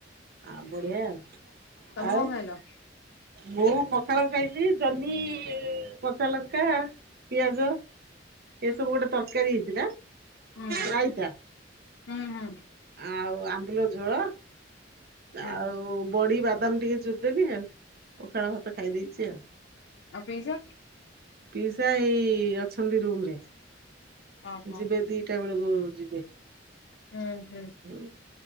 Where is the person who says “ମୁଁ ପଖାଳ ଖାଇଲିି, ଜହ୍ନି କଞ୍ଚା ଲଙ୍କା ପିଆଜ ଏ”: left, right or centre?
Right